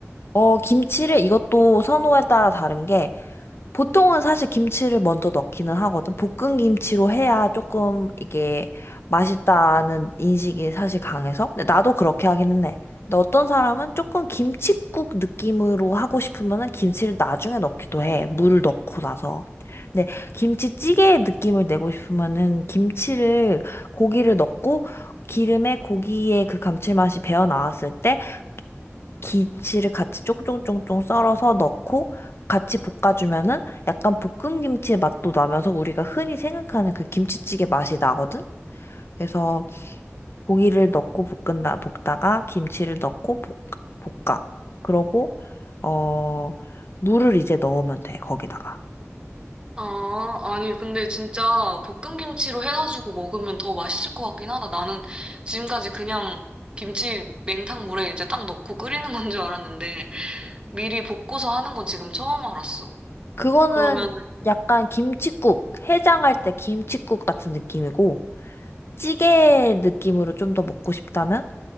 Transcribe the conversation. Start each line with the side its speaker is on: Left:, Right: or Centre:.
Left: 어, 김치를 이것도 선호에 따라 다른 게 보통은 사실 김치를 먼저 넣기는 하거든. 볶은 김치로 해야 조금 이게 맛있다는 인식이 사실 강해서. 근데 나도 그렇게 하기는 해. 근데 어떤 사람은 조금 김칫국 느낌으로 하고 싶으면은 김치를 나중에 넣기도 해. 물을 넣고 나서. 근데 김치찌개의 느낌을 내고 싶으면은 김치를 고기를 넣고 기름에 고기의 그 감칠맛이 배어 나왔을 때 김치를 같이 쫑쫑쫑쫑 썰어서 넣고 같이 볶아주면은 약간 볶은 김치의 맛도 나면서 우리가 흔히 생각하는 그 김치찌개 맛이 나거든? 그래서 고기를 넣고 볶은다, 볶다가 김치를 넣고 볶, 볶아. 그러고, 어, 물을 이제 넣으면 돼, 거기다가.
Right: 아, 아니, 근데 진짜 볶음김치로 해가지고 먹으면 더 맛있을 것 같긴 하다. 나는 지금까지 그냥 김치 냉탕물에 이제 딱 넣고 끓이는 건 줄 알았는데, 미리 볶고서 하는 건 지금 처음 알았어.
Left: 그거는
Right: 그러면,
Left: 약간 김칫국, 해장할 때 김칫국 같은 느낌이고, 찌개 느낌으로 좀 더 먹고 싶다면,